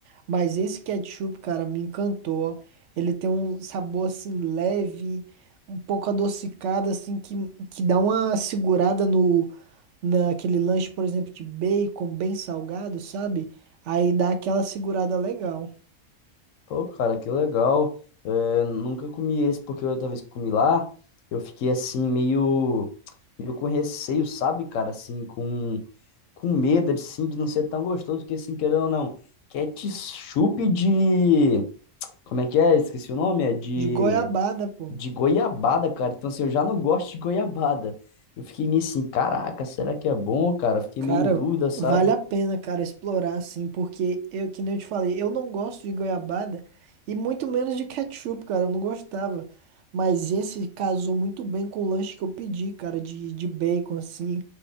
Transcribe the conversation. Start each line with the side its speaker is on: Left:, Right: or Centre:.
Right: Mas esse ketchup, cara, me encantou. ó. Ele tem um sabor, assim, leve, um pouco adocicado, assim, que, que dá uma segurada no naquele lanche, por exemplo, de bacon bem salgado, sabe? Aí dá aquela segurada legal.
Left: Pô, cara, que legal. É, nunca comi esse, porque outra vez que comi lá, eu fiquei assim, meio, meio com receio, sabe, cara? Assim, com, com medo assim, de não ser tão gostoso, porque assim, querendo ou não, ketchup de. Como é que é? Esqueci o nome, é de,
Right: De goiabada, pô.
Left: de goiabada, cara. Então, assim, eu já não gosto de goiabada. Eu fiquei meio assim, caraca, será que é bom, cara? Fiquei
Right: Cara,
Left: meio em dúvida, sabe?
Right: vale a pena, cara, explorar assim, porque eu, que nem eu te falei, eu não gosto de goiabada e muito menos de ketchup, cara, eu não gostava. Mas esse casou muito bem com o lanche que eu pedi, cara, de, de bacon, assim.